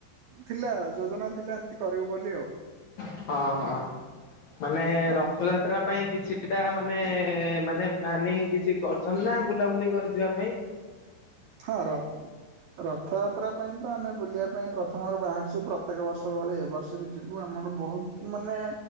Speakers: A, on the right; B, on the left.
A: ଥିଲା ଯୋଜନା ଥିଲା ଏମିତି କରିବୁ ବୋଲି ଆଉ।
B: ହଁ, ହଁ ମାନେ
A: ଆଉ
B: ରଥଯା ତ୍ରା ପାଇଁ କିଛିଟା ମାନେ ମାନେ ପ୍ଲାନିଂ କିଛି କରଛନ୍ତି ନା ବୁଲାବୁଲି କ-ଯିବା ପାଇଁ? ହ <inaudible>
A: ହଁ ର ରଥଯାତ୍ରା ପାଇଁ ତ ଆମେ ବୁଲିବା ପାଇଁ ପ୍ରଥମରୁ ବାହାରିଛୁ ପ୍ରତ୍ୟେକ ବର୍ଷ ଭଳି ଏବ ବର୍ଷ ବି ଯିବୁ। ଆମର ବହୁ ମାନେ